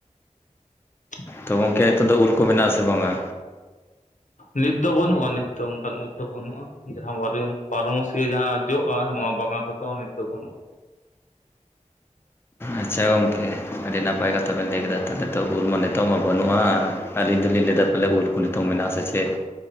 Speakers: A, on the left; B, on the left.
A: <inaudible>
B: ᱛᱚ ᱜᱚᱢᱠᱮ ᱱᱤᱛᱚᱝ ᱫᱚ ᱩᱞ ᱠᱚ ᱢᱮᱱᱟᱜ ᱟᱥᱮ ᱵᱟᱝᱼᱟ?
A: ᱱᱤᱛ ᱫᱚ ᱵᱟᱹᱱᱩᱜᱼᱟ ᱱᱤᱛ ᱫᱚ ᱚᱱᱠᱟᱱ ᱩᱞ ᱫᱚ ᱵᱟᱹᱱᱩᱜᱼᱟ ᱾ ᱡᱟᱦᱟᱸ ᱵᱟᱨᱤᱭᱟ. ᱵᱟᱨᱳ ᱢᱟᱹᱥᱭᱟᱹ ᱡᱟᱦᱟᱸ ᱡᱚᱜᱼᱟ, ᱱᱚᱣᱟ ᱵᱟᱜᱟᱱ ᱨᱮᱫᱚ ᱱᱤᱛ ᱫᱚ ᱵᱟᱹᱱᱩᱜᱼᱟ ᱾
B: ᱟᱪᱪᱷᱟ ᱜᱚᱝᱠᱮ ᱟᱹᱰᱤ ᱱᱟᱯᱟᱭ ᱠᱟᱛᱷᱟ ᱵᱮᱱ ᱞᱟᱹᱭ ᱠᱮᱫᱟ, ᱛᱟᱦᱚᱞᱮ ᱛᱚ ᱩᱞ ᱢᱟ ᱱᱤᱛᱚᱜ ᱢᱟ ᱵᱟᱹᱱᱩᱜᱼᱟ ᱟᱹᱞᱤᱧ ᱫᱚᱞᱤᱧ ᱞᱟᱹᱭ ᱮᱫᱟᱼᱼ ᱯᱟᱞᱮ ᱩᱞ ᱠᱚ ᱱᱤᱛᱳᱝ ᱢᱮᱱᱟᱜ-ᱟ ᱥᱮ ᱪᱮᱫ?